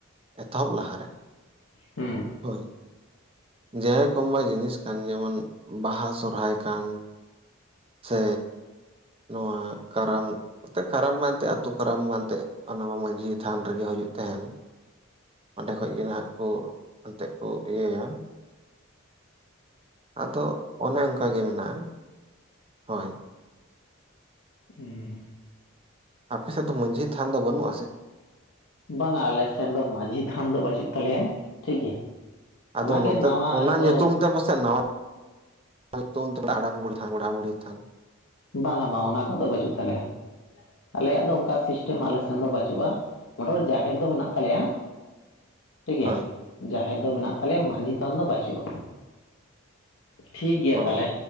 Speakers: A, on the right; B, on the left.
A: ᱮᱛᱚᱦᱚᱵ ᱞᱟᱦᱟ ᱨᱮ
B: ᱦᱩᱸ
A: ᱦᱳᱭ ᱡᱮᱭ ᱠᱚᱢᱟ ᱡᱤᱱᱤᱥ ᱠᱟᱱ ᱡᱮᱢᱚᱱ ᱵᱟᱦᱟ ᱥᱚᱨᱦᱟᱭ ᱠᱟᱱ ᱥᱮ ᱱᱚᱣᱟ ᱠᱟᱨᱟᱱ ᱠᱷᱟᱨᱟᱢ ᱢᱟᱱᱛᱮ ᱟᱛᱩ ᱠᱷᱟᱨᱟᱢ ᱢᱟᱱ ᱚᱱᱟ ᱢᱟᱺᱡᱷᱤ ᱛᱷᱟᱱ ᱨᱮᱜᱮ ᱦᱩᱭᱩᱜ ᱛᱟᱦᱮᱱ ᱚᱸᱰᱮ ᱠᱷᱚᱱ ᱜᱮᱱᱟᱦᱟᱜ ᱠᱚ ᱟᱛᱮ ᱠᱚ ᱜᱮᱭᱟ ᱟᱫᱚ ᱚᱱᱮ ᱚᱱᱠᱟ ᱜᱮ ᱢᱮᱱᱟᱜᱼᱟ ᱦᱳᱭ
B: ᱦᱩᱸ <unintelligible>
A: ᱟᱯᱮ ᱥᱮᱫ ᱫᱚ ᱢᱟᱹᱡᱷᱤ ᱥᱷᱟᱱ ᱫᱚ ᱵᱟᱹᱱᱩᱜ <unintelligible>
B: ᱵᱟᱝᱟ ᱟᱞᱮ ᱥᱮᱱ ᱫᱚ ᱢᱟᱹᱡᱷᱤ ᱛᱷᱟᱱ ᱫᱚ ᱵᱟᱹᱪᱩᱜ ᱛᱟᱞᱮᱭᱟ ᱴᱷᱤᱠ ᱜᱮᱭᱟ
A: ᱟᱫᱚ
B: ᱚᱱᱟᱜᱮ
A: ᱱᱚᱛᱮ
B: ᱱᱟᱣᱟ
A: ᱚᱱᱟ
B: ᱠᱚ
A: ᱧᱩᱛᱩᱢ ᱟᱛᱮ ᱯᱟᱥᱮ ᱱᱟᱣᱟ ᱥᱤᱛᱩᱝ ᱛᱮ ᱦᱟᱲᱟᱢ ᱵᱩᱲᱦᱤ ᱛᱷᱟᱱ ᱜᱩᱰᱦᱟ ᱵᱩᱰᱦᱤ ᱛᱷᱟᱱ᱾
B: ᱵᱟᱝ ᱵᱟᱝ ᱚᱱᱟ ᱠᱚᱫᱚ ᱵᱟᱹᱪᱩᱜ ᱛᱟᱞᱮᱭᱟ᱾ ᱟᱞᱮᱭᱟᱜ ᱫᱚ ᱚᱱᱠᱟ ᱥᱤᱥᱴᱮᱢ ᱟᱞᱮ ᱥᱮᱱ ᱫᱚ ᱵᱟᱹᱪᱩᱜᱼᱟ᱾ ᱢᱚᱴᱮ ᱢᱩᱴᱤ ᱡᱟᱦᱮᱨ ᱫᱚ ᱢᱮᱱᱟᱜ ᱛᱟᱞᱮᱭᱟ᱾ ᱴᱷᱤᱠ ᱜᱮᱭᱟ
A: ᱦᱳᱭ
B: ᱡᱟᱦᱮᱨ ᱫᱚ ᱢᱮᱱᱟᱜ ᱛᱟᱞᱮᱭᱟ ᱢᱟᱹᱡᱷᱤ ᱛᱷᱟᱱ ᱫᱚ ᱵᱟᱹᱪᱩᱜᱼᱟ᱾ ᱴᱷᱤᱠ ᱜᱮᱭᱟ
A: ᱚ
B: ᱛᱟᱞᱦᱮ,